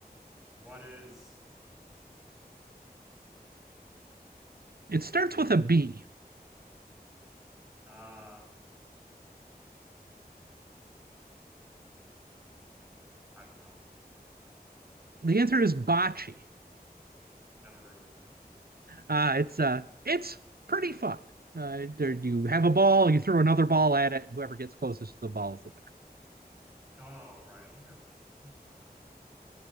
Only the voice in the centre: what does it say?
what is bowling?
Uh, Uh, I don't know.
Never heard of it. <laughs>
Oh, right. I think it seems familiar. Huh.